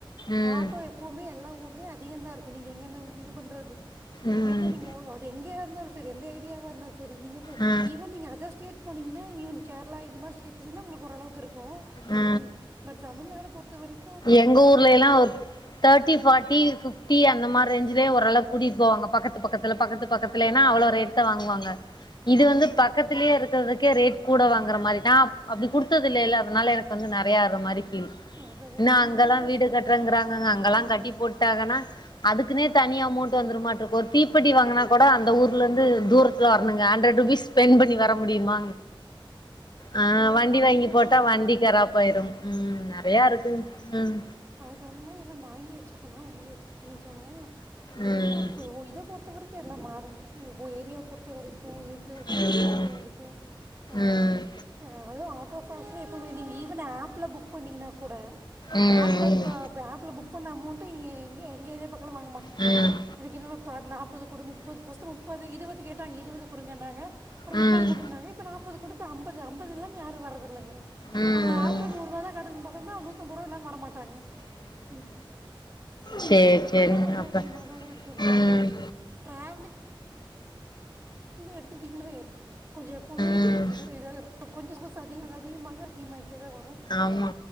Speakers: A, on the left; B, on the right.
A: ம்
B: ஆட்டோ எப்போமே எல்லா ஊர்லையு அதிக தா இருக்கு நீங்க எங்கனா இது பண்றது இங்க
A: ம்
B: இருந்து நீங்க அது எங்கயா இருந்தாலு சரி எந்த ஏரியாவா இருந்தா சரி நீங்க
A: ஆ
B: ஈவன் நீங்க அதர் ஸ்டேட் போனீங்கன்னா ஈவன் கேரளா இது மாரி ஸ்டேட்லல்லா உங்களுக்கு ஓரளவுக்கு இருக்கு
A: ஆ
B: ம் பட் தமிழ்நாடு பொருத்த வரைக்
A: எங்க ஊர்லையெல்லா ஒரு தேர்ட்டி பார்ட்டி இருக்கு டீ அந்த மாரி ரேஞ்சிலே ஓரளவு கூட்டிட்டு போவாங்க பக்கத்து பக்கத்துல பக்கத்து பக்கத்துலேன்னா அவ்ளோ ரேட்து வாங்குவாங்க இது
B: ம்
A: வந்து
B: ம்
A: பக்கத்தலயே இருக்கறதுக்கே ரேட் கூட வாங்கற மாரி தா அப்டி குடுத்ததில்லேல்ல அதனால எனக்கு வந்து நறையா ஒரு மாரி ஃபீல்
B: அதான்
A: நா
B: இங்கே
A: அங்கெல்லா
B: ஆட்டோஸ்க்கு
A: வீடு கட்டறங்கிறாங்கங்க அங்கெல்லா
B: ம்
A: கட்டி போட்டாங்கன்னா அதுக்குனே
B: ம்
A: தனி அமௌண்ட் வந்துருமாட்டுக்கு ஒர் தீப்பெட்டி வாங்னா கூட அந்த ஊர்லருந்து தூரத்துல வரணுங்க ஹண்ட்ரட் ருபீஸ் ஸ்பெண்ட் பண்ணி வர முடியுமா ஆ
B: நீங்கள்
A: வண்டி
B: அப்போ அப்படிப்பட்டு
A: வாங்கி போட்டா வண்டி
B: ம்
A: கிராப்பாயிரும் ம் நறையாருக்ங் ம்
B: அது தகுந்த மாரியெல்லா வாங்கி வச்சுக்கணு வாங்கி வெச்சுட்டு பண்ணிக்கோங்க
A: ம்
B: இதுப்பு இது பொறுத்தவரைக் கிய எல்லா மாறுங்க இப்போ ஏரியா பொறுத்த வரைக்கு இத் து
A: ம்
B: இது பொறுத்த வரைக்கு அ
A: ம்
B: அ அதுவு ஆட்டோ ஃபாஸ்மே எப்பவுமே ஈவன் ஆப்ல புக் பண்ணீங்கன்னா கூட
A: ம் ம்
B: ஆப்லருக் து ஆப்ல புக் பண்ண அமவுண்ட்டு எங்க எங்க ஏரியா பக்கல வாங்க மாட்டாங்க
A: ம் ம்
B: எனக்கு என்னவோ பா நாற்பது குடு முப்பது ஃபஸ்ட்டு முப்பது இருவது கேட்டாங்க இருவது குடுங்கன்னாங்க அப்றோ
A: ம்
B: முப்பது குடுன்னாங்க இப்ப நாப்பது குடுப்ப அம்பது அம்பது இல்லாம யாரு வரது இல்லைங்க
A: ம்
B: அத ஆப்ல நூறு ரூபா தா காட்டுதுங்பா அ நூத்தம்பது ரூபா இல்லாம வர மாட்டாங்க ம் அதனால
A: சேரி
B: இதலா
A: சேரிங்க
B: கொஞ்சே
A: அப்ப
B: அதிக மாதாங்க இருக்கு பேட்
A: ம் ம்
B: ட்ராவலிங் எடுத்துட்டீங்கனவை கொஞ்சோ எப்பவுமே
A: ம்
B: இதற இதாருக்கு கொஞ்சோ சப்போஸ் அதிகமாக அதிகமாக அதிகேமாயிட்டேதா வரு
A: ஆமா